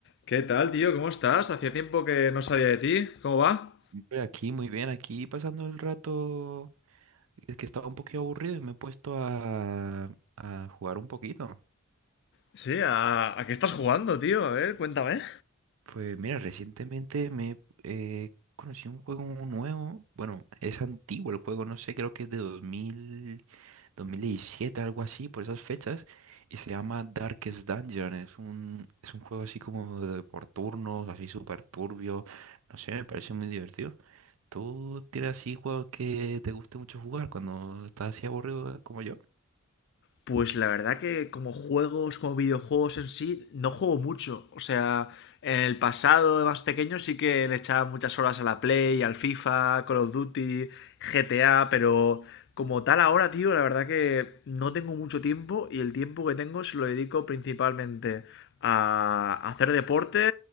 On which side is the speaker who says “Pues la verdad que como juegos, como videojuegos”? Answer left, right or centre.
Left